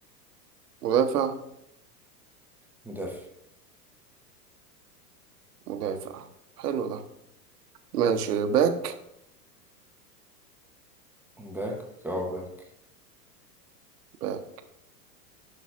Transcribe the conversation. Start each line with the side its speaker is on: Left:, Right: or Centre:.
Right: مدافع
Centre: مدافع
Right: مدافع حلو ده ماشي باك
Centre: باك اه باك
Right: باك